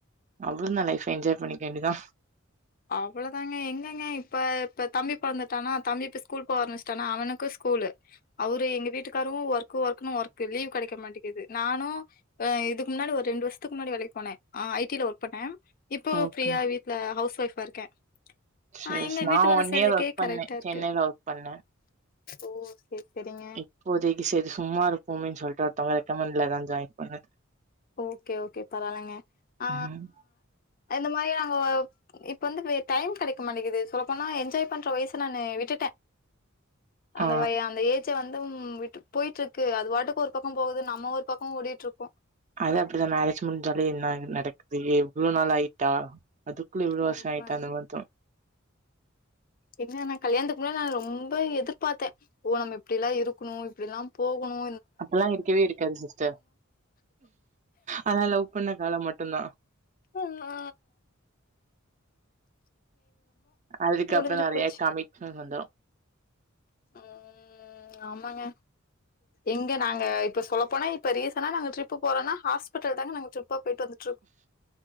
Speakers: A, on the right; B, on the left.
A: அவ்வுளந்தா லைஃப்ப என்ஜாய் பண்ணிக்க வேண்டியதா
B: அவ்வளோதாங்க எங்கங்க இப்ப இப்ப தம்பி பொறந்துட்டானா தம்பி இப்ப ஸ்கூல் போவ ஆரம்பிச்சுட்டானா அவனுக்கு ஸ்கூலு அவரு எங்க வீட்டுக்காரோ ஒர்க்கு ஒர்க்குன்னு ஒர்க்கு லீவு கெடைக்க மாட்டேங்கிது நானோ ஆ இதுக்கு முன்னாடி ஒரு ரெண்டு வருஷத்துக்கு முன்னாடி வேலைக்கு போனே ஆ ஐ டில ஒர்க் பண்ணே இப்போ
A: ஓகே
B: ஃபிரியா வீட்ல ஹவுஸ் ஒய்ஃபா இருக்கே
A: சேரி
B: ஆ எங்க
A: நா
B: வீட்டு வேல
A: ஒன்
B: செய்றதுக்கே
A: இயர் ஒர்க் பண்ணே
B: கரெக்டா இருக்கு
A: சென்னைல ஒர்க் பண்ணே
B: ஓ செரி செரிங்க
A: இப்போதைக்கு செரி சும்மா இருக்குமேனு சொல்ட்டு ஒருத்தவங்க ரெக்கமண்ட்லதா ஜாயின் பன்னது
B: ஓகே ஓகே பரவாலைங்க ஆ
A: ம்
B: இந்த மாதிரி அங்க இப்ப வந்து வே டைம் கெடைக்க மாட்டேங்குது சொல்லப்போனா என்ஜாய் பண்ற வயசு நானு விட்டுட்டே அந்த
A: ஆ
B: வய அந்த ஏஜ் ஏஜ்ஜும் வந்து விட்டு போயிட்டு இருக்கு அது வாட்டுக்கு ஒரு பக்கோ போவுது நம்ம ஒரு பக்கோ ஓடிட்டு இருக்கோ
A: அது அப்புடிதா மேரேஜ் முஞ்சாலே என்ன நடக்குது எவ்வளவு நாளாயிட்டா அதுக்குள்ள இவ்ளோ
B: ஆமா
A: வர்ஷோ ஆயிட்டா அந்தமாரி தோ
B: என்ன நா கல்யாணத்துக்கு முன்னால நா ரொம்போ எதிர்பார்த்தே ஓ நம்ம இப்புடிலா இருக்கணோ இப்புடிலா போகணோ
A: அதெல்லா இருக்கவே இருக்காது சிஸ்டர் அதல்லா லவ் பண்ண காலம் மட்டுந்தா
B: ம் நா
A: அதுக்கப்புறோ
B: முடிஞ்சு
A: நறைய
B: போச்சு
A: கமிட்மெண்ட் வந்துடோ
B: ம் ஆமாங்க எங்க நாங்க இப்ப சொல்ல போனா இப்ப ரீசன்டா நாங்க ட்ரிப் போறோனா ஹாஸ்பிடல்தாங்க நா ட்ரிப்பா போயிட்டு வந்து